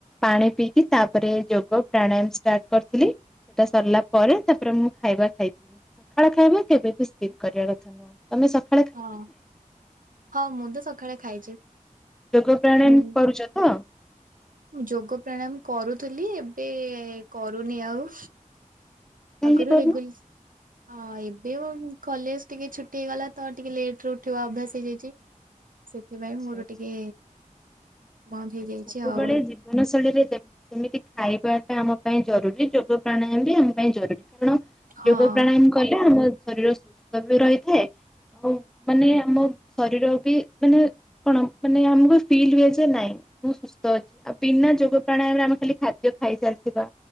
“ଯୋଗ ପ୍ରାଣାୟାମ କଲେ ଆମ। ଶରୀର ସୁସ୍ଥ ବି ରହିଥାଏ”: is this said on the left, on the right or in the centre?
Centre